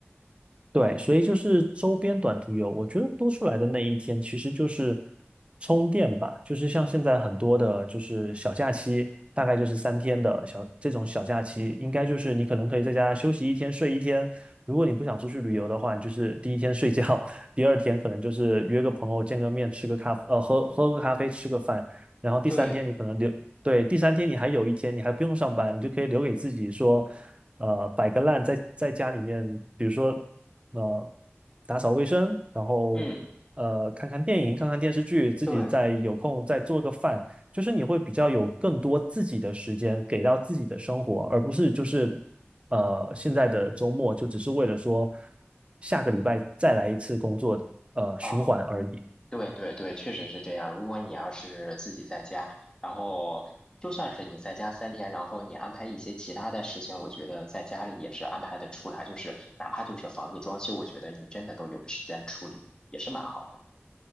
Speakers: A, on the right; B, on the left.
A: 对，所以就是周边短途游，我觉得多出来的那一天其实就是充电吧，就是像现在很多的，就是小假期，大概就是三天的小这种小假期，应该就是你可能可以在家休息一天，睡一天。如果你不想出去旅游的话，你就是第一天睡觉，<laughs> 第二天可能就是约个朋友见个面，吃个咖，呃，喝喝个咖啡，吃个饭，然后第三天你可能留，
B: 对，
A: 对，第三天你还有一天，你还不用上班，你就可以留给自己说。呃，摆个烂在在家里面，比如说呃，打扫卫生，然后呃，
B: 嗯，
A: 看看电影，看看电视剧，自己再有空再做个饭，
B: 对，
A: 就是你会比较有更多自己的时间给到自己的生活，而不是就是呃现在的周末就只是为了说下个礼拜再来一次工作的呃循环而已。
B: 啊，对对对，确实是这样。如果你要是自己在家，然后就算是你在家三天，然后你安排一些其他的事情，我觉得在家里也是安排的出来。就是哪怕就是房子装修，我觉得你真的都有时间处理，也是蛮好的。